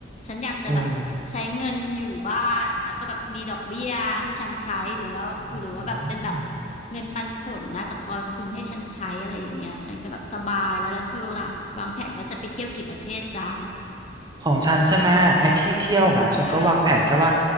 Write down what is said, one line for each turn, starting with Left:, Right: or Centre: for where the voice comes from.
Left: ฉันอยากจะแบบใช้เงินอยู่บ้านแล้วก็แบบมีดอกเบี้ยให้ฉันใช้หรือว่าหรือว่าแบบเป็นแบบ
Right: เอออืม
Left: เงินปันผลนะจากกองทุนให้ฉันใช้อะไรอย่างเงี้ยฉันก็แบบสบายแล้วแล้วเธอล่ะวางแผนว่าจะไปเที่ยวกี่ประเทศจ๊ะ
Right: ของฉันใช่ไหมไอ้ที่เที่ยวนะฉันก็วางแผนแค่ว่า
Left: ใช่